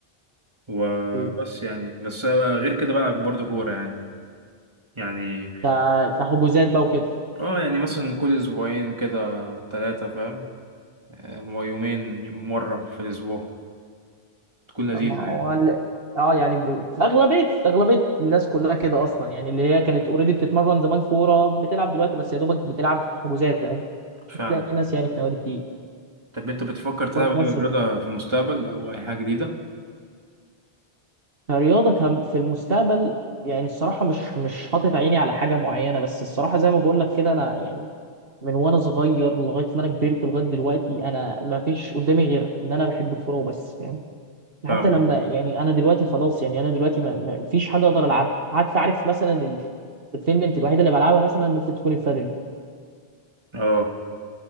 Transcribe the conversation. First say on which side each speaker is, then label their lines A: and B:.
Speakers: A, on the right (about 25°); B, on the right (about 65°).
A: وبس
B: إيه.
A: يعني بس آه، غير كده بلعب برضه كورة يعني يعني
B: ده ده حجوزات بقى وكده
A: اه يعني مثلا كل أسبوعين كده ثلاثة فاهم آه، يومين مرة في الأسبوع تكون لذيذة
B: ما
A: يعني
B: هو ال- اه يعني ب... اغلبيه اغلبيه الناس كلها كده اصلا يعني اللي هي كانت اوريدي بتتمرن زمان كوره بتلعب دلوقتي بس يا دوبك بتلعب حجوزات فاهم
A: فعلا
B: مش هتلاقي ناس يعني في نوادي كتير
A: طب انت بتفكر تلعب
B: الكوره في مصر
A: اي رياضة
B: بت...
A: في المستقبل او اي حاجة جديدة
B: كرياضه كم... في المستقبل يعني الصراحه مش مش حاطط عيني على حاجه معينه بس الصراحه زي ما بقول لك كده انا يعني من وانا صغير لغايه ما انا كبرت لغايه دلوقتي انا ما فيش قدامي غير ان انا بحب الكوره وبس يعني حتى
A: فاهمك
B: لما يعني انا دلوقتي خلاص يعني انا دلوقتي ما ما فيش حاجه اقدر العبها حتى عارف مثلا ال- التنمنت الوحيده اللي بلعبها مثلا ممكن تكون البادل
A: اه